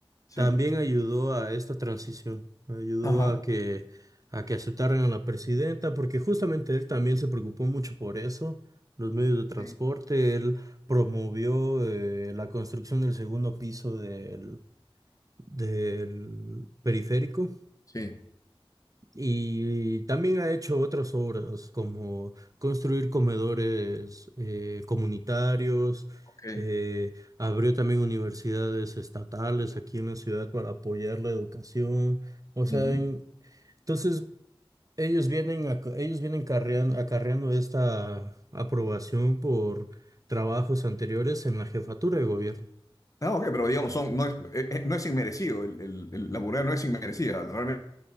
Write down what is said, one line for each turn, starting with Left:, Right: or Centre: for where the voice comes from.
Left: Sí.
Right: también ayudó a esta transición, ayudó
Left: Ajá.
Right: a que a que aceptaran a la presidenta, porque justamente él también se preocupó mucho por eso, los medios de transporte,
Left: Sí,
Right: él promovió eh, la construcción del segundo piso del, del periférico
Left: Sí.
Right: y también ha hecho otras obras como construir comedores eh, comunitarios,
Left: Ok.
Right: eh, abrió también universidades estatales aquí en la ciudad para apoyar la educación. O sea,
Left: Ujú.
Right: en- entonces ellos vienen, ac- ellos vienen carrean- acarreando esta aprobación por trabajos anteriores en la jefatura de gobierno.
Left: Ah, ok, pero digamos, son, no es, eh, eh, no es inmerecido. El, el- el- la burla no es inmerecida, realmente